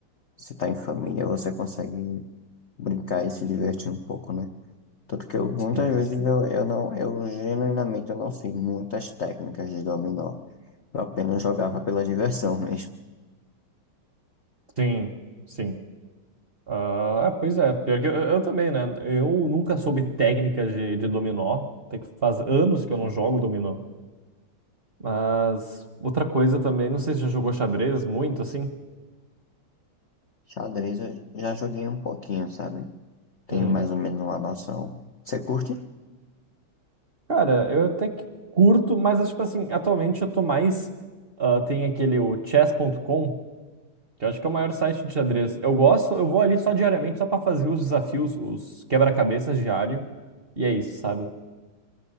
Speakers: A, on the left (about 60°); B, on the right (about 35°).
A: se tá em família, você consegue brincar e se divertir um pouco, né? Tanto que eu, muitas
B: sim,
A: vezes
B: sim.
A: eu, eu não, eu genuinamente eu não sei muitas técnicas de dominó. Eu apenas jogava pela diversão <laughs> mesmo.
B: Sim, sim. ah é, pois é, pior que eu, eu também, né? Eu nunca soube técnicas de, de dominó. Tem que faz anos que eu não jogo dominó. Mas outra coisa também, não sei se já jogou xadrez muito assim.
A: Xadrez eu já joguei um pouquinho, sabe? Tenho
B: Uhum.
A: mais ou menos uma noção. Você curte?
B: Cara, eu até que curto, mas é tipo assim, atualmente eu tô mais. ah, tem aquele o chess.com, que eu acho que é o maior site de xadrez. Eu gosto, eu vou ali só diariamente, só pra fazer os desafios, os quebra-cabeças diário. E é isso, sabe?